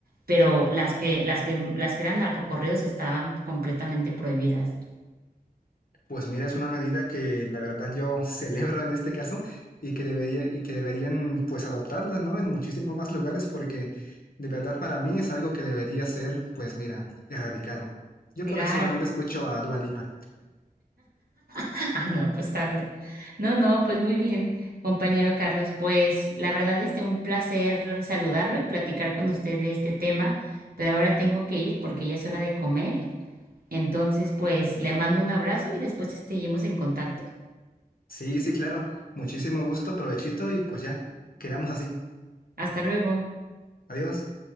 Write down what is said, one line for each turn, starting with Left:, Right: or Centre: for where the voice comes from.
Right: pero las que, las que, las que eran narcocorridos estaban completamente prohibidas.
Left: Pues mira, es una medida que la verdad yo <laughs> celebro en este caso y que debería, y que deberían pues adoptarla, ¿no? En muchísimos más lugares, porque de verdad para mí es algo que debería ser, pues mira, erradicado. Yo
Right: Claro.
Left: por eso solamente escucho a Dua Lipa.
Right: <laughs> Ah, no, pues está bien. No, no, pues muy bien, compañero Carlos. Pues la verdad, este, un placer saludarlo y platicar con usted de este tema, pero ahora tengo que ir porque ya es hora de comer. Entonces, pues le mando un abrazo y después este, seguimos en contacto.
Left: Sí, sí, claro. Muchísimo gusto, provechito y pues ya, quedamos así.
Right: Hasta luego.
Left: Adiós.